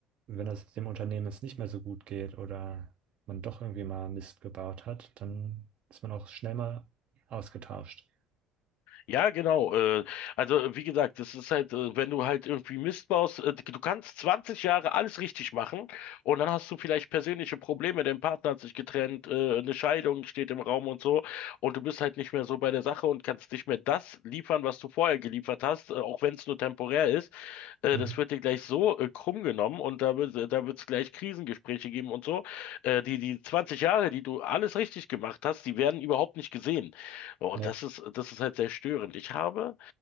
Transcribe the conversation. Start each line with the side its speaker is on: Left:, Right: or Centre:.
Right: wenn das dem Unternehmen jetzt nicht mehr so gut geht oder man doch irgendwie mal Mist gebaut hat, dann ist man auch schnell mal ausgetauscht.
Left: Ja, genau. Äh, also wie gesagt, das ist halt, äh, wenn du halt irgendwie Mist baust, äh, du kannst 20 Jahre alles richtig machen und dann hast du vielleicht persönliche Probleme, dein Partner hat sich getrennt, äh, eine Scheidung steht im Raum und so und du bist halt nicht mehr so bei der Sache und kannst nicht mehr das liefern, was du vorher geliefert hast, äh, auch wenn es nur temporär ist. Äh,
Right: Mhm.
Left: das wird dir gleich so äh, krumm genommen und da wird, da wird es gleich Krisengespräche geben und so. Äh, die, die 20 Jahre, die du alles richtig gemacht hast, die werden überhaupt nicht gesehen. Boah, und
Right: Ne,
Left: das ist, das ist halt sehr störend. Ich habe